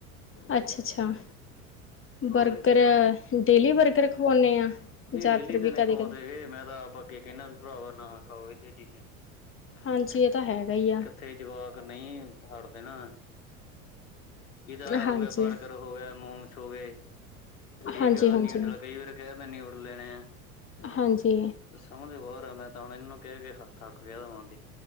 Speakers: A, on the left (about 30°); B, on the left (about 70°).
A: ਅੱਛਾ-ਅੱਛਾ,
B: ਹੋਰ
A: ਬਰਗਰ
B: ਕੀ
A: ਡੇਲੀ ਬਰਗਰ ਖਵਾਉਂਣੇ ਆ?
B: ਨਹੀਂ
A: ਜਾਂ
B: ਡੇਲੀ
A: ਫਿਰ
B: ਤੇ
A: ਵੀ
B: ਨੀ
A: ਕਦੇ-ਕਦੇ
B: ਖਵਾਉਂਦੇ ਹੈਗੇ ਮੈਂ ਤਾਂ ਆਪ ਅੱਗੇ ਕਹਿਣਾ ਵੀ ਭਰਾਵਾ ਨਾ ਖਾਓ ਇਹੇ ਜੀ ਚੀਜ਼ਾਂ।
A: ਹਾਂਜੀ ਇਹ ਤਾਂ ਹੈਗਾ ਹੀ ਆ।
B: ਤੇ ਜਵਾਕ ਨਹੀਂ ਹਟਦੇ ਨਾ। ਇਹਦਾ ਹੋ
A: ਹਾਂਜੀ
B: ਗਿਆ ਬਰਗਰ ਹੋ ਗਿਆ, ਮੋਮਸ ਹੋ ਗਏ ਠੀਕ
A: ਹਾਂਜੀ-ਹਾਂਜੀ
B: ਆ ਨਿਊਡਲ
A: ਹਾਂਜੀ
B: ਕਈ ਵਾਰ ਕਹਿ ਦਿੰਦੇ ਨਿਊਡਲ ਲੈਣੇ ਆ।
A: ਹਾਂਜੀ।
B: ਸਮਝ <unintelligible> ਆ ਮੈਂ ਤਾਂ ਹੁਣ ਇਹਨੂੰ ਕਹਿ ਕੇ ਥੱਕ ਗਿਆ ਹੁਣ।